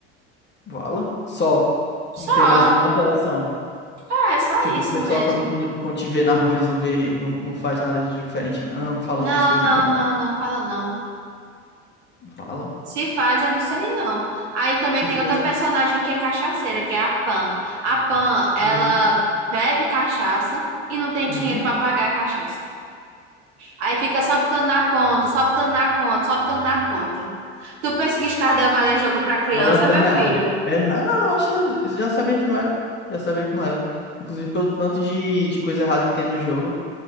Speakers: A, on the left (about 30°); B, on the right (about 75°).
A: Vala? Só.
B: Só.
A: Não tem mais nenhuma alteração.
B: É, só
A: Tipo,
B: isso
A: o pessoal
B: mesmo.
A: quando, quando te vê na rua, eles não vê, não, não faz nada de diferente, não, não fala
B: Não,
A: outras coisas,
B: não,
A: não.
B: não, não fala não.
A: Vala.
B: Se faz, eu não sei não. Aí também
A: Se
B: tem
A: fosse.
B: outra personagem que é cachaceira, que é a Pan. A Pan, ela
A: Uhum.
B: bebe cachaça e não tem dinheiro
A: Uhum.
B: para pagar a cachaça. Aí fica só botando na conta, só botando na conta, só botando na conta. Tu pensa que Stardew Valley é jogo para criança,
A: Igual na vida
B: meu
A: real.
B: filho?
A: É, não, não, eu acho, eu já sabia que não era. Já sabia que não era. Inclusive pelo tanto de, de coisa errada que tem no jogo.